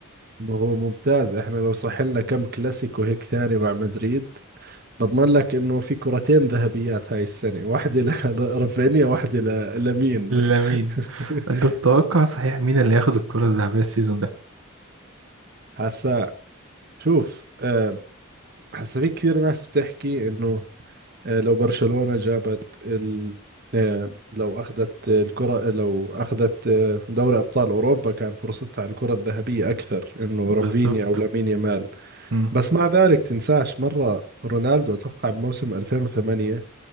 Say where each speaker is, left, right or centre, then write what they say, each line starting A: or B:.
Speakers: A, on the right; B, on the right.
A: ما هو ممتاز احنا لو صح لنا كم كلاسيكو هيك ثاني مع مدريد بضمن لك انه في كرتين ذهبيات هاي السنة واحدة ل- <laughs> لرافينيا واحدة ل- لمين
B: <laughs> لامين
A: <laughs>
B: انت تتوقع صحيح مين اللي هياخد الكرة الذهبية السيزون ده
A: هسا شوف آه، هسا في كثير ناس بتحكي انه آه، لو برشلونة جابت ال... آه، لو أخذت الكرة لو أخذت آه، دوري أبطال أوروبا كان فرصتها على الكرة الذهبية أكثر إنه
B: بالظبط
A: رافينيا أو لامين يامال
B: مم.
A: بس مع ذلك تنساش مرة رونالدو أتوقع بموسم 2008